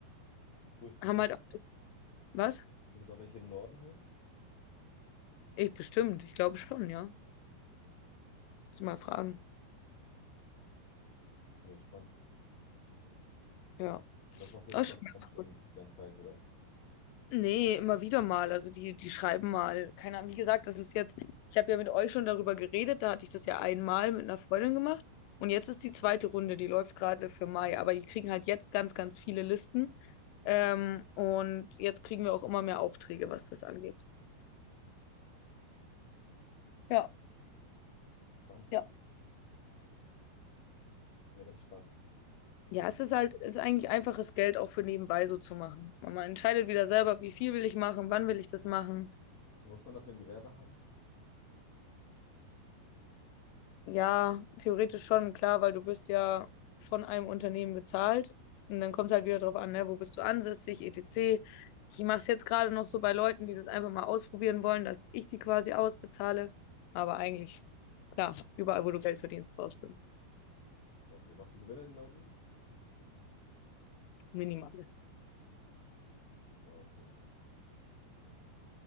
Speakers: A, on the left; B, on the left.
A: Cool. Gibt
B: haben
A: es auch,
B: halt auch. Was?
A: gibt's auch welche im Norden hier?
B: Ich bestimmt, ich glaube schon, ja. Muss mal fragen.
A: Ja, spannend.
B: Ja.
A: Und das machst du jetzt
B: Das ist
A: konstant schon
B: schon
A: die ganze Zeit, oder?
B: Nee, immer wieder mal. Also die, die schreiben mal. Keine Ahnung. Wie gesagt, das ist jetzt, ich habe ja mit euch schon darüber geredet, da hatte ich das ja einmal mit einer Freundin gemacht. Und jetzt ist die zweite Runde, die läuft gerade für Mai, aber die kriegen halt jetzt ganz, ganz viele Listen. Ähm, und jetzt kriegen wir auch immer mehr Aufträge, was das angeht. Ja,
A: Spannend.
B: ja.
A: Ja, das ist spannend.
B: Ja, es ist halt, es ist eigentlich einfaches Geld auch für nebenbei so zu machen. Man entscheidet wieder selber, wie viel will ich machen, wann will ich das machen.
A: Muss man dafür ein Gewerbe haben?
B: Ja, theoretisch schon, klar, weil du bist ja von einem Unternehmen bezahlt. Und dann kommt es halt wieder drauf an, ne, wo bist du ansässig, etc. Ich mache es jetzt gerade noch so bei Leuten, die das einfach mal ausprobieren wollen, dass ich die quasi ausbezahle. Aber eigentlich, klar, überall, wo du Geld verdienst, brauchst du
A: Okay. Machst du Gewinn an den Leuten?
B: Minimale.
A: Ah, Okay.